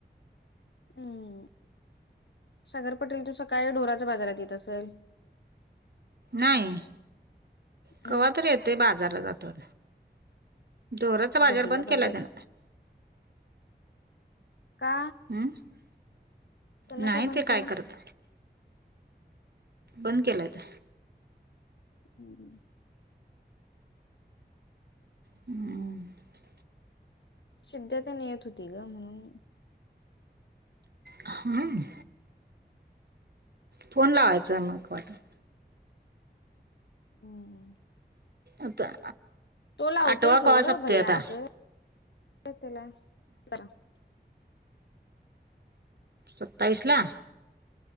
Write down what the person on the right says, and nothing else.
नाही कवा्हा
तर येते बाजारला जातो ोराचा बाजार
बंद केला
त्यान
हम्म
नाही
ते काय
करत बंद केलात
हम्म <unintelligible> <inaudible>
हम. फोन लावायचां मग वाटत
आता
आठवा
कवा सपतोय
आता?
सत्तावीसला?